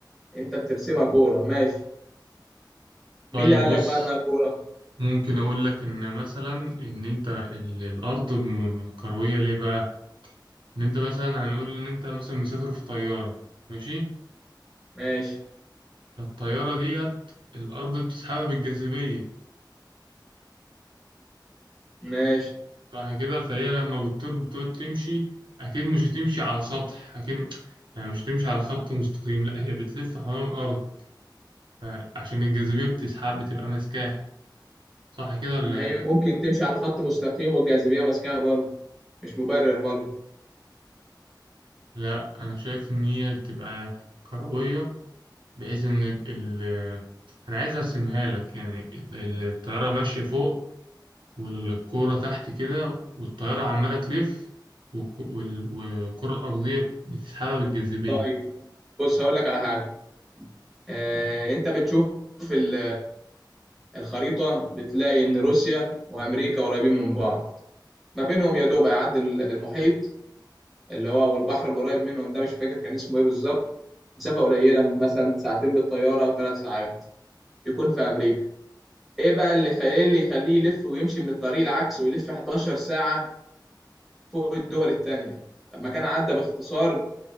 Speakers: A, in the centre; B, on the right.
A: انت بترسمها كوره ماشي
B: طيب
A: مين اللي قال
B: بص
A: لك بقى انها كوره
B: ممكن أقول لك إن مثلا إن أنت ال- الأرض م- كروية ليه بقى؟ إن أنت مثلا هنقول إن أنت مثلا مسافر في طيارة ماشي؟
A: ماشي
B: فالطيارة ديت الأرض بتسحبها بالجاذبية
A: ماشي
B: صح كده فهي لما بتطير بتقعد تمشي اكيد مش هتمشي على سطح اكيد يعني مش هتمشي على خط مستقيم لا هي بتلف حوالين الارض آه، عشان الجاذبيه بتسحب بتبقى ماسكاه صح كده ولا
A: ما هي
B: إيه؟
A: ممكن تمشي على خط مستقيم والجاذبيه ماسكاها برضه مش مبرر برضه
B: لا انا شايف ان هي بتبقى كرويه بحيث ان ال ال- انا عايز ارسمها لك يعني ال- الطياره ماشيه فوق والكوره تحت كده والطياره عماله تلف والك- وال- والكره الارضيه بتسحبها بالجاذبيه
A: طيب بص هقول لك على حاجه آه، انت بتشوف في ال- الخريطه بتلاقي ان روسيا وامريكا قريبين من بعض ما بينهم يا دوب هيعدي ال- المحيط اللي هو والبحر القريب منهم ده مش فاكر كان اسمه ايه بالظبط مسافه قليله مثلا ساعتين بالطياره او ثلاث ساعات يكون في امريكا ايه بقى اللي خليه اللي يخليه يلف ويمشي من الطريق العكس ويلف 11 ساعه فوق الدول التانية لما كان عدى باختصار